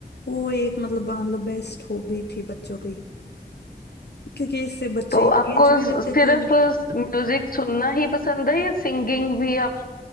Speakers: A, on the left; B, on the left.
A: वो एक मतलब मान लो बेस्ट हॉबी थी बच्चों की क्योंकि इससे बच्चे
B: तो
A: एंगेज
B: आपको
A: भी
B: स-
A: रहते
B: सिर्फ
A: थे
B: म्यूजिक सुनना ही पसंद है या सिंगिंग भी आप